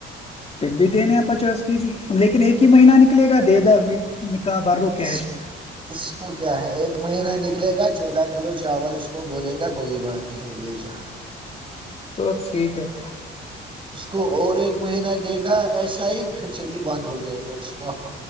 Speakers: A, on the left; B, on the right.
A: پھر بھی دینے ہیں پچاس کے جی لیکن ایک ہی مہینہ نکلے گا دے د بر کیش
B: اس
A: میں
B: اس کو کیا ہے ایک مہینہ نکلے گا چودہ کلو چاول اس کو بولے گا کوئی بات نہیں لے جا
A: تو ٹھیک ہے پھر
B: اس کو اور ایک مہینہ دے گا ایسا ہی پھر صدی بند ہو جائے گا اس کو